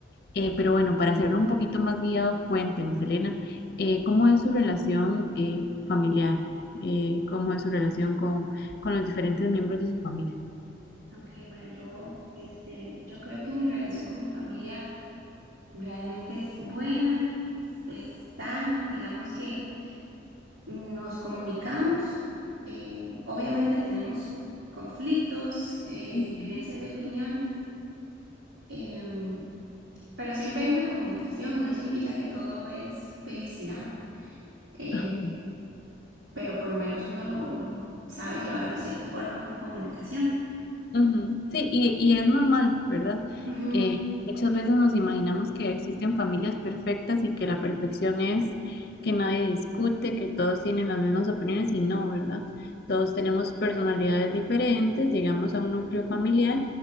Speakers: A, on the left; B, on the right.
A: Eh, pero bueno, para hacerlo un poquito más guiado, cuénteme, Selena, eh, ¿cómo es su relación eh, familiar? Eh, ¿cómo es su relación con, con los diferentes miembros de su familia?
B: ok, bueno, yo, este, yo creo que mi relación con mi familia realmente es buena, es es sana, digamos que nos comunicamos, eh, obviamente tenemos conflictos, eh,
A: Ujú.
B: diferencias de opiniones, em, pero siempre hay una comunicación, no significa que todo es felicidad, eh,
A: <laughs>
B: pero por lo menos uno lo, lo sabe llevar de cierta forma con comunicación.
A: Ujú, Sí, y, y es normal, ¿verdad?
B: Ujú.
A: Eh, muchas veces nos imaginamos que existen familias perfectas y que la perfección es que nadie discute, que todos tienen las mismas opiniones y no, ¿verdad? Todos tenemos personalidades diferentes, llegamos a un núcleo familiar